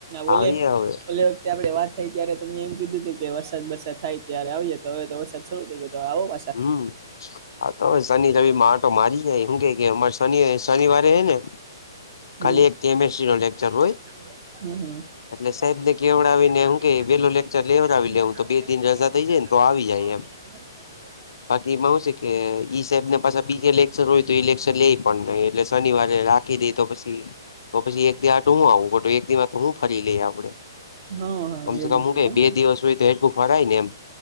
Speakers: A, on the right; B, on the left.
A: બોલે
B: આવી હવે
A: ઓલે આપડે વાત થઈ ત્યારે તમે એમ કીધું હતું કે વરસાદ વરસાદ થાય ત્યારે આવિયે તો હવે તો વરસાદ શરૂ થઈ ગયો તો આવો પા
B: હમ તો હવે શનિ રવ માં આટો મારી જાય હું કે કે અમારે શનિ શનિવારે હે ને
A: હમ
B: ખાલી એક કેમેસ્ટ્રી
A: <inaudible>
B: નો લેક્ચર હોય
A: હમ હમ
B: એટલે સાહેબ ને કેવડાવીને
A: <inaudible>
B: હું કે વેલો
A: તો
B: લેક્ચર લેવડાવી
A: આવી
B: લેવું તો બે દિન રજા
A: જાય
B: થઈ ને તો આવી
A: <inaudible>
B: એમ બાકી એમાં હું છે કે ઇસ પાછી બીજા લેક્શર હોય તો ઈ લેક્શર લેય પણ નહી એટલે શનિવારે રાખી દે તો પ તો પછી એક દિવ આઠ હું આવું પડું એક દિવશ મા તો હું ફરી લઈ આપડે
A: હા હા
B: કમસે
A: એવું
B: કમ હું
A: છે
B: કે
A: એમ
B: બે દિવસ હોય તો એટલું ફરાય ને એમ